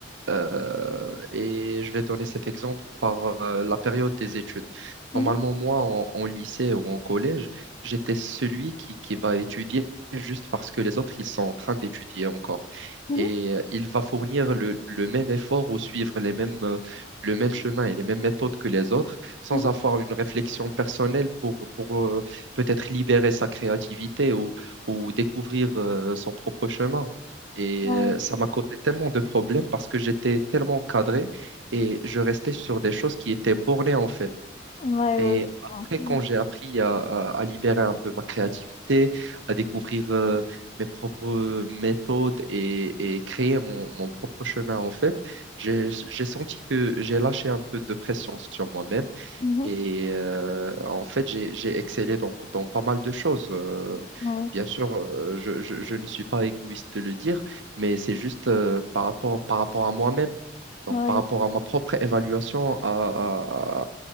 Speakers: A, on the right; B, on the left.
A: Euh, et je vais donner cet exemple par euh, la période des études. Normalement,
B: Mhm,
A: moi, en, en lycée ou en collège, j'étais celui qui, qui va étudier juste parce que les autres, ils sont en train d'étudier encore.
B: mhm,
A: Et euh, il va fournir le, le même effort ou suivre les mêmes, euh, le même chemin et les mêmes méthodes que les autres sans
B: mhm.
A: avoir une réflexion personnelle pour, pour euh, peut-être libérer sa créativité ou, ou découvrir euh, son propre chemin. Et
B: Ouais,
A: euh, ça m'a causé tellement de problèmes parce que j'étais tellement cadré et je restais sur des choses qui étaient bornées en fait.
B: ouais,
A: Mais
B: ouais, je vois.
A: après,
B: Mhm,
A: quand j'ai appris à, à- à libérer un peu ma créativité, à découvrir euh, mes propres méthodes et, et créer mon, mon propre chemin en fait, j'ai j'ai senti que j'ai lâché un peu de pression sur moi-même
B: mhm,
A: et euh, en fait, j'ai, j'ai excellé dans, dans pas mal de choses. Euh,
B: ouais,
A: bien sûr, euh, je, je- je ne suis pas égoïste de le dire, mais c'est juste euh, par rapport, par rapport à moi-même, donc
B: ouais.
A: par rapport à ma propre évaluation à, à,